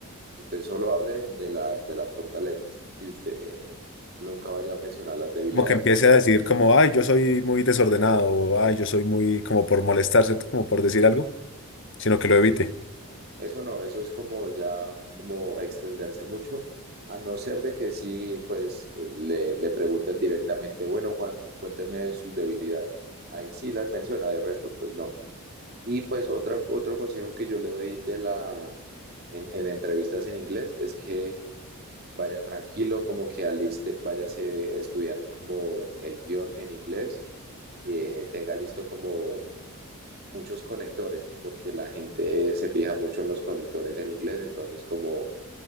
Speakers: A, on the right (about 45°); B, on the left (about 55°).
A: Usted solo hable de las, de las fortalezas. Si usted eh, nunca vaya a mencionar las debilidades.
B: Como que empiece a decir como, ay, yo soy muy desordenado, o ay, yo soy muy como por molestar, ¿cierto? Como por decir algo, sino que lo evite.
A: No, Eso no, eso es como ya, como extenderse mucho, a no ser de que sí, pues eh, le, le pregunten directamente, bueno, Juan, cuénteme de sus debilidades. Ahí sí las menciona, de resto, pues no. Y pues otra, otro consejo que yo le doy de la, en, en entrevistas en inglés es que vaya tranquilo, como que aliste, váyase estudiando como el guión en inglés, eh, tenga listo como muchos conectores, porque la gente se fija mucho en los conectores en inglés, entonces como